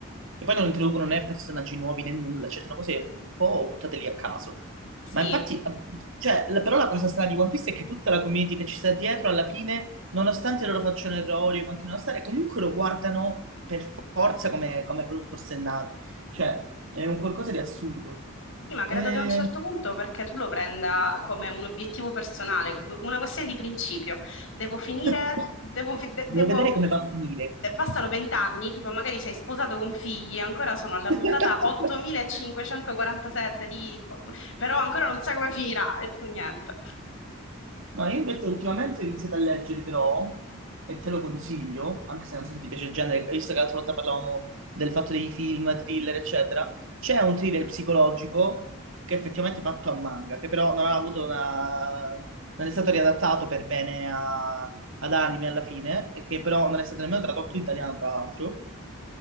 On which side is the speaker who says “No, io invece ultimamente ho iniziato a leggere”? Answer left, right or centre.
Right